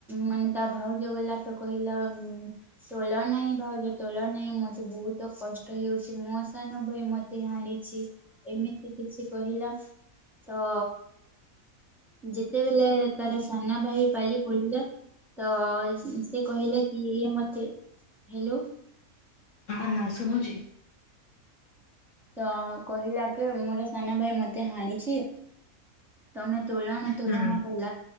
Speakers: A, in the centre; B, on the left.
A: ମାନେ ତା ଭାଉଜ ଗଲା ତ କହିଲା ଉଁ ତୋଳ ନାହିଁ ଭାଉଜ ତୋଳ ନାହିଁ ମତେ ବହୁତ କଷ୍ଟ ହେଉଛି ମୋ ସାନ ବହି ମ ତେ ହାଣିଛି ଏମିତି କିଛି କହିଲା ତ ଯେତେବେଳେ ତାର ସାନ ଭାଇ ପାଳି ପଡିଲା ତ ସେ କହିଲା କି ଇଏ ମତେ ହ୍ୟାଲୋ।
B: ହାଁ ଶୁଭୁଛି।
A: ତ କହିଲା କି ମୁଁ ସାନ ଭାଇ ମତେ ହାଣିଛି। ତମେ ତୁଳନା ତୁଳନ।
B: ହୁଁ
A: କହିଲ।